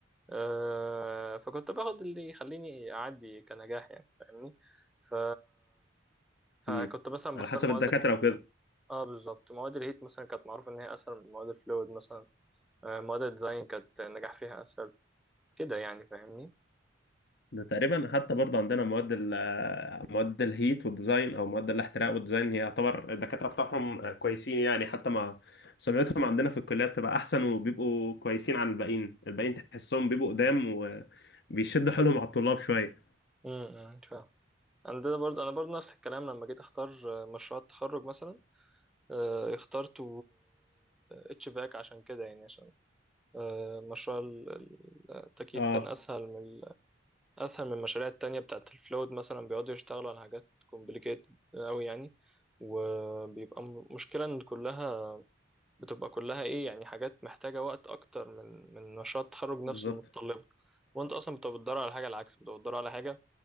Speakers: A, in the centre; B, on the left.
A: آه، فكنت باخد اللي يخليني اعدي كنجاح يعني فاهمني ف... فكنت
B: مم.
A: مثلا
B: على
A: بختار
B: حسب
A: مواد
B: الدكاترة وكده
A: اه بالظبط مواد الهيت مثلا كانت معروف ان هي اسهل من مواد الفلويد مثلا آه، مواد الديزاين كانت النجاح فيها اسهل كده يعني فاهمني
B: ده تقريبا حتى برضه عندنا مواد ال آه، مواد الهيت والديزاين او مواد الاحتراق والديزاين هي يعتبر الدكاترة بتاعهم كويسين يعني حتى مع سمعتهم عندنا في الكلية بتبقى احسن وبيبقوا كويسين عن الباقيين الباقيين تحسهم بيبقوا قدام وبيشدوا حيلهم على الطلاب شوية
A: امم فاهم عندنا برضه انا برضه نفس الكلام لما جيت اختار آه، مشروع التخرج مثلا آه، اخترت اتش فاك عشان كده يعني عشان آه، مشروع ال- ال- التكييف
B: اه
A: كان اسهل من اسهل من المشاريع التانية بتاعت الفلويد مثلا بيقعدوا يشتغلوا على حاجات كومبليكيتد قوي يعني وبيبقى م- مشكلة ان كلها بتبقى كلها ايه يعني حاجات محتاجة وقت اكتر من من مشروع التخرج
B: بالظبط
A: نفسه المتطلبة وانت اصلا بتبقى بتدور على حاجة العكس بتبقى بتدور على حاجة